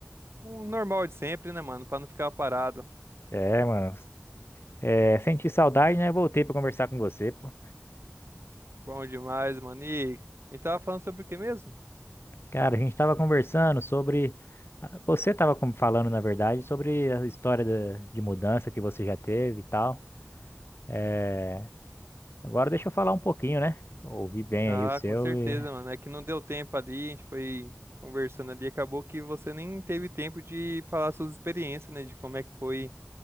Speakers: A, on the right; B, on the left.
A: o normal de sempre, né, mano? Pra não ficar parado.
B: É, mano. É, senti saudade, né? Voltei pra conversar com você, pô.
A: Bom demais, mano. E a gente tava falando sobre o que mesmo?
B: Cara, a gente tava conversando sobre. ah, Você tava com- falando, na verdade, sobre a história da- de mudança que você já teve e tal. É, agora deixa eu falar um pouquinho, né? Ouvi bem
A: Ah,
B: aí o seu
A: com certeza,
B: e.
A: mano. É que não deu tempo ali, a gente foi conversando ali, acabou que você nem teve tempo de falar suas experiências, né? De como é que foi